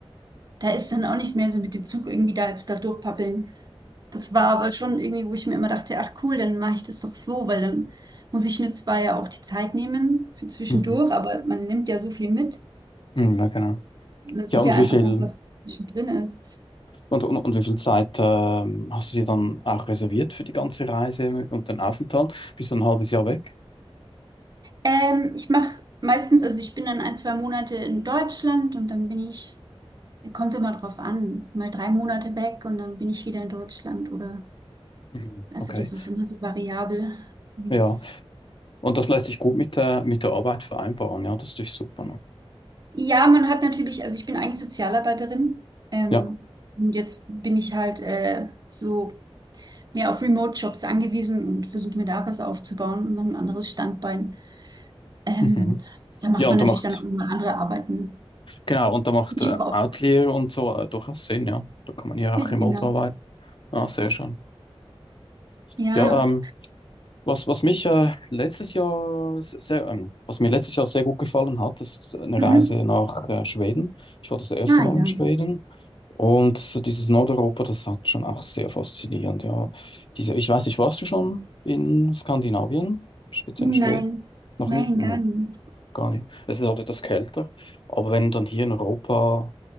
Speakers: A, on the right; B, on the left.
A: da ist dann auch nicht mehr so mit dem Zug irgendwie da jetzt da durchpappeln. Das war aber schon irgendwie, wo ich mir immer dachte, ach cool, dann mache ich das doch so, weil dann muss ich mir zwar ja auch die Zeit nehmen für zwischendurch,
B: Mhm.
A: aber man nimmt ja so viel mit.
B: Mhm, ja, genau.
A: Man sieht
B: Ja, und
A: ja
B: wie
A: einfach
B: viel
A: noch, was zwischendrin ist.
B: und, und, und wie viel Zeit ähm, hast du dir dann auch reserviert für die ganze Reise und den Aufenthalt? Bist du ein halbes Jahr weg?
A: Ähm, ich mache meistens, also ich bin dann ein, zwei Monate in Deutschland und dann bin ich, kommt immer drauf an, mal drei Monate weg und dann bin ich wieder in Deutschland oder,
B: Mhm.
A: also
B: Okay.
A: das ist immer so variabel, wie
B: Ja.
A: es.
B: Und das lässt sich gut mit der, mit der Arbeit vereinbaren, ja, das ist natürlich super, ne?
A: Ja, man hat natürlich, also ich bin eigentlich Sozialarbeiterin, ähm,
B: Ja.
A: und jetzt bin ich halt äh, so mehr auf Remote-Jobs angewiesen und versuche mir da was aufzubauen und noch ein anderes Standbein. Ähm,
B: Mhm.
A: da macht
B: Ja, und
A: man natürlich
B: da macht,
A: dann auch immer andere Arbeiten.
B: genau, und da macht äh,
A: Ja,
B: Outlier
A: <laughs>
B: und so äh, durchaus Sinn, ja. Da kann man hier auch
A: genau.
B: remote arbeiten. Ah, sehr schön.
A: Ja.
B: Ja, ähm, Was, was mich äh, letztes Jahr s- sehr, ähm, was mir letztes Jahr sehr gut gefallen hat, ist eine
A: Mhm.
B: Reise nach äh, Schweden. Ich war das erste
A: Ah
B: Mal
A: ja.
B: in Schweden und so dieses Nordeuropa, das hat schon auch sehr faszinierend. Ja, diese, ich weiß nicht, warst du schon in Skandinavien, speziell
A: Nein,
B: in Schweden? Noch
A: nein,
B: nie? Hm,
A: gar nicht.
B: gar nicht. Es ist halt etwas kälter, aber wenn dann hier in Europa,